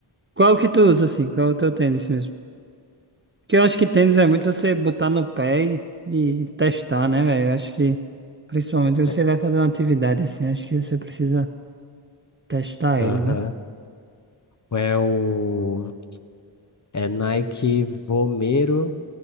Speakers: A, on the right; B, on the left.
A: Qual que tu usa, assim? Qual é o teu tênis mesmo? Porque eu acho que tênis é muito você botar no pé e, e testar, né, velho? Eu acho que, principalmente, quando
B: É,
A: você vai fazer uma atividade assim, acho que você precisa testar
B: Aham.
A: ele, né?
B: É o. É Nike Vomero